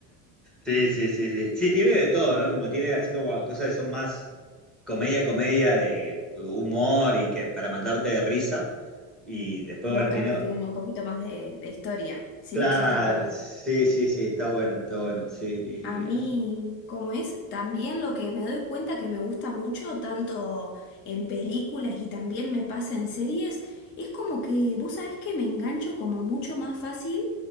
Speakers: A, in the centre; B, on the left.
A: Sí, sí, sí, sí. Sí, tiene de todo, ¿no? Como tiene así como cosas que son más comedia, comedia de humor y que para matarte de risa. Y después,
B: y
A: bueno,
B: otras
A: tiene.
B: que tienen un poquito más de, de historia. Sí,
A: Claro,
B: eso está bueno.
A: sí, sí, sí, está bueno, está bueno. Sí.
B: A mí,
A: y
B: cómo es, también lo que me doy cuenta que me gusta mucho, tanto en películas y también me pasa en series, es como que vos sabés que me engancho como mucho más fácil